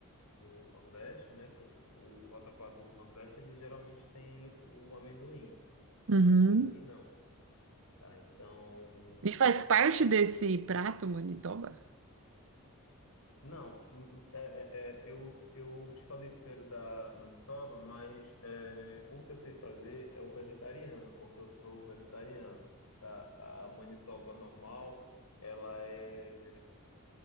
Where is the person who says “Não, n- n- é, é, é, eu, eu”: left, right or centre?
Left